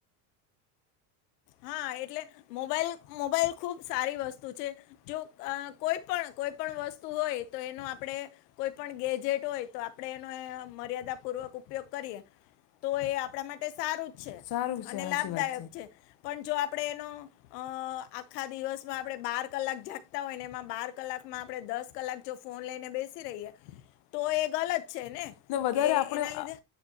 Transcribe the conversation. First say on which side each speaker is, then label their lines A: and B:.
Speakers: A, on the left; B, on the left.
A: હા એટલે મોબાઈલ મોબાઈલ ખુબ સારી વસ્તુ છે. જો અ કોઈ પણ કોઈ પણ વસ્તુ હોય તો એનું આપડે કોઈ પણ ગેજેટ હોય તો આપડે એનો અય મર્યાદા પૂર્વક ઉપયોગ કરીએ. તો એ આપણા માટે સારું જ છે
B: સારું છે
A: અને
B: સાચી
A: લાભદાયક
B: વાત
A: છે પણ જો આપણે એનો અ આખા દિવસમાં આપડે બાર કલાક જાગતા હોય ને એમાં બાર કલાકમાં આપડે દસ કલાક જો ફોન લઈને બેસી રહીએ તો એ ગલત છે ને.
B: તો વધારે
A: કે
B: આપણે
A: એના લીધે
B: આ